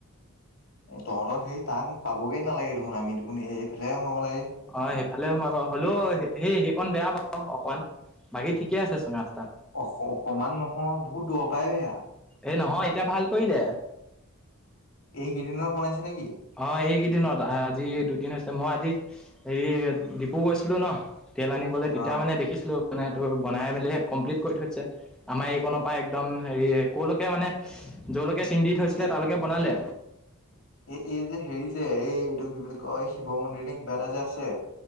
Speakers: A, on the left; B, in the centre.
A: তহঁতৰ সেই তাত পাবগে নালাগে দেখোন আমি দেখোন এইফালে হে সোমাব লাগে।
B: অঁ সেইফালে সোমাই বাৰু হ'লেও সেই সেইকণ বেয়া বাৰু অকমান। বাকী ঠিকে আছে চোন ৰাস্তা।
A: অ অকমান নহয় বহুত দূৰৰ পৰাই বেয়া।
B: এই নহয় এতিয়া ভাল কৰিলে।
A: এইকেইদিনত বনাইছে নেকি?
B: অঁ এইকেইদিনত আজি দুদিন হৈছে, মই আজি হেৰি ডিপু গৈছিলো ন তেল আনিবলৈ
A: অ
B: তেতিয়া মানে দে খিছিলোঁ মানে তোৰ বনাই মেলি কমপ্লিট কৰি থৈছে। আমাৰ এই কণৰ পৰা একদম হেৰি কলৈকে মানে জৰলৈকে চিন দি থৈছিলে
A: এই
B: তালৈকে বনালে।
A: এই এই যে হেৰি যে এই এইটো কি বুলি কয় শিৱ মন্দিৰ নে কিবা এটা যে আছে